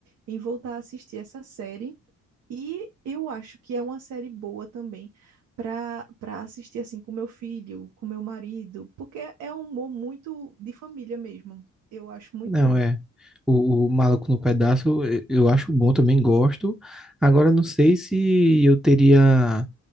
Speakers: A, on the right (about 80°); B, in the centre.
A: em voltar a assistir essa série e eu acho que é uma série boa também para para assistir assim com meu filho, com meu marido, porque é um humor muito de família mesmo. Eu acho muito
B: Não,
A: bom.
B: é. O, o Maluco no Pedaço eu eu acho bom, também gosto. Agora, não sei se eu teria